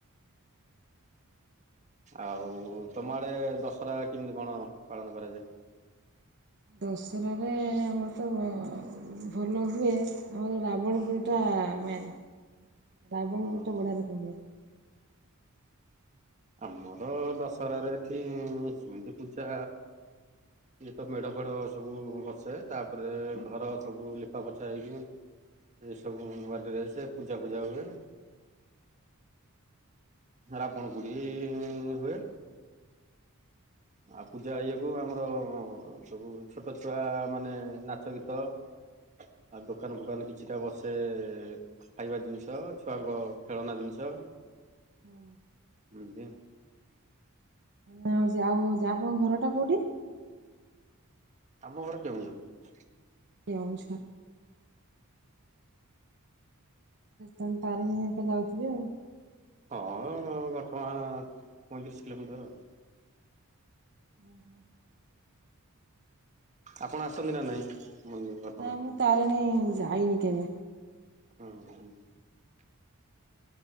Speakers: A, on the right; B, on the right.
A: ଆଉ ତମ ଆଡେ ଦଶରା କେମିତି କଣ ପାଳନ କରାଯାଏ?
B: ଦଶରାରେ ଆମର ତ ଭ-ଭଲହୁଏ ଆମର ରାବଣପୋଡିଟା ଟା ମେନ୍ ରାବଣପୋଡିଟା
A: ହଁ
B: ବଢିଆ ରକମ ହୁଏ।
A: ଆମର ଦଶହରାରେ ଏଠି ସେମତି ପୂଜା ଇଏ ତ ମେଢ ଫେଢ ସବୁ ବସେ ତାପରେ ଘର ସବୁ ଲିପା ପୋଛା ହେଇକି ଏ ସବୁ ନୂଆ ଡ୍ରେସେ ପୂଜା ଫୂଜା ହୁଏ। ରାବଣପୋଡି ହୁଏ। ଆଉ ପୂଜା ଇଏକୁ ଆମର ସବୁ ଛୋଟ ଛୁଆମାନେ ନାଚ ଗୀତ ଆଉ ଦୋକାନ ଫୋକାନ କିଛିଟା ବସେ ଖାଇବା ଜିନଷ ଛୁଆଙ୍କ ଖେଳନା ଜିନଷ।
B: ହଁ।
A: ବୁଁ ଯେ।
B: ମାନେ ଆଉ ହଉଚି ଆପଣଙ୍କ ଘରଟା କୋଉଠି?
A: ଆମ ଘର କେଉଁଝର।
B: କେ ଆଉଛ। ତମେ ତାରିଣୀ ଆକା ଯାଉଥିବେ ଆଉ।
A: ହଁ ଘଟଗାଁ ପଇଁତିରିଶ କିଲୋମିଟର ଆ।
B: ଓୁ ହୋ।
A: ଆପଣ ଆସନ୍ତି ନା ନାଇଁ? ମନ୍ଦି ଘଟଗାଁ?
B: ନା ମୁଁ ତାରିଣୀ ଯାଇନି କେବେ।
A: ହଁ <inaudible>